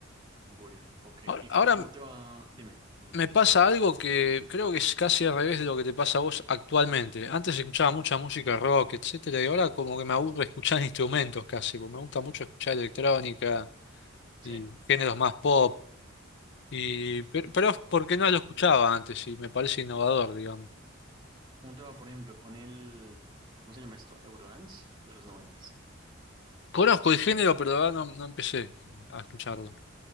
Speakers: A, on the right; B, on the left.
A: Burial, ok.
B: Ahora,
A: ¿Y
B: ahora
A: qué, cómo te va? Dime, dime.
B: me pasa algo que creo que es casi al revés de lo que te pasa a vos actualmente. Antes escuchaba mucha música rock, etcétera, y ahora como que me aburre escuchar <laughs> instrumentos casi, porque me gusta mucho escuchar electrónica
A: Sí.
B: y géneros más pop. Y, pero, pero es porque no lo escuchaba antes y me parece innovador, digamos.
A: ¿Cómo te va, por ejemplo, con el, ¿cómo se llama esto? Eurodance de los noventas.
B: Conozco el género, pero la verdad no, no empecé a escucharlo.